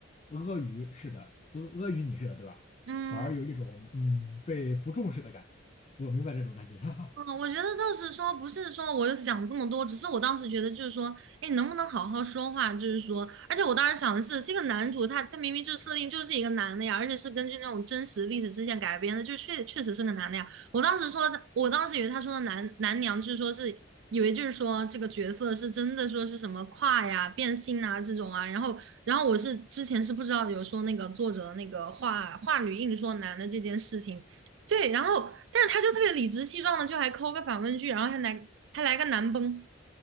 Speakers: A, on the left (about 30°); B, on the right (about 60°).
A: 阿谀似的，阿阿谀你似的，对吧？
B: 嗯。
A: 反而有一种嗯被不重视的感觉。我明白这种感觉。<laughs>
B: 嗯，我觉得倒是说，不是说我有想这么多，只是我当时觉得就是说，哎，能不能好好说话？就是说，而且我当时想的是，这个男主他他明明就设定就是一个男的呀，而且是根据那种真实历史事件改编的，就确确实是个男的呀。我当时说的，我当时以为他说的男男娘，就是说是以为就是说这个角色是真的说是什么跨呀、变性啊这种啊，然后然后我是之前是不知道有说那个作者的那个话话女硬说男的这件事情。对，然后但是他就特别理直气壮的，就还抠个反问句，然后还来还来个难崩，